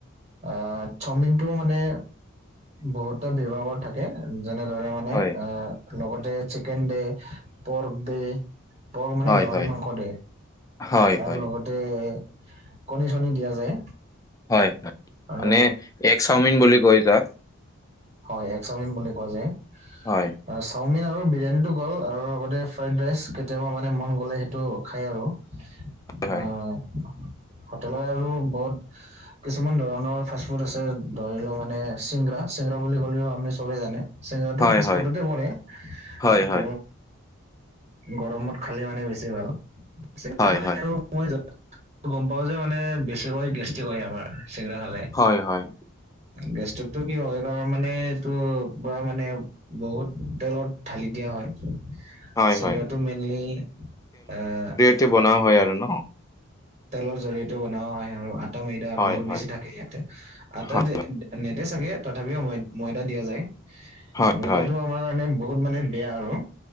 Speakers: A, on the right; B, on the left.
A: আহ চাওমিনটো মানে বহুতা বিভাগৰ থাকে। যেনেদৰে মা- মানে
B: হয়
A: লগতে চিকেন দে, পৰ্ক দে বৰ মানে
B: হয়
A: গাহৰি
B: হয়
A: মাংস দে
B: হয়,
A: আৰু
B: হয়,
A: লগত তে কণী চণী দিয়া যায়।
B: হয় <unintelligible>
A: আৰু
B: মানে এগ চাওমিন বুলি কৈ যাক।
A: হয় এগ চাওমিন বুলি কোৱা যায়।
B: হয়।
A: আৰু চাওমিন আৰু বিৰিয়ানীটো গ'ল আৰু লগতে ফ্ৰাইড ৰাইচ কেতিয়াবা মানে মন গ'লে সেইটো খাই আৰু।
B: হয়,
A: আহ হোটেলৰ আৰু বত কিছুমান ধৰণৰ ফাষ্টফুড আছে ধৰি ল মানে চিংৰা চিংৰা বুলি ক'লেও আমি চবেই জানে চিংৰাটো
B: হয়,
A: ফাষ্টফুডতে
B: হয়,
A: পৰে।
B: হয়, হয়,
A: ত গৰমত খালে মানে বেছি ভাল, চিংৰা
B: হয়,
A: খালে
B: হয়,
A: আৰু মই যা গম পাওঁ যে মানে বেছিকৈ গেষ্টিক হয় আমাৰ চিংৰা খালে।
B: হয় হয়।
A: গেষ্টিকটো কি হয় কাৰ মানে এইটো পুৰা মানে বহুত তেলত ঢালি দিয়া হয়।
B: হয়,
A: চিংৰাটো
B: হয়,
A: মেইনলি আ
B: তে বনাও হয় আৰু ন।
A: তেলৰ জৰিয়তেও বনোৱা হয় আৰু আটা ময়দা
B: হয়,
A: বহুত
B: হয়,
A: বেছি থাক- কেৰিয়াতে আটা
B: হয়,
A: দে নেদে চাগে তথাপিও মই ময়দা দিয়া যায়।
B: হয়,
A: ময়দাটো
B: হয়,
A: আমাৰ কাৰণে বহুত মানে বেয়া আৰু।